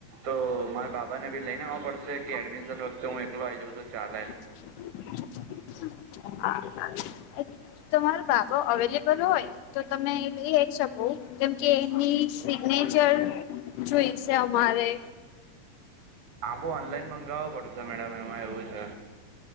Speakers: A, on the right (about 65°); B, on the left (about 85°).
A: તો મારે બાબા ને બી લઈને આવવા પડશે કે એડમિશન વખતે હું એકલો આવી જઉં તો ચાલે.
B: <inaudible> તમારો બાબો અવેલેબલ હોય તો તમે લઈ આઈ શકો જેમકે ની સિગ્નેચર જોઈશે અમારે
A: આ બો ઓનલાઈન મંગાવો પડશે મેડમ એમાં એવું છે.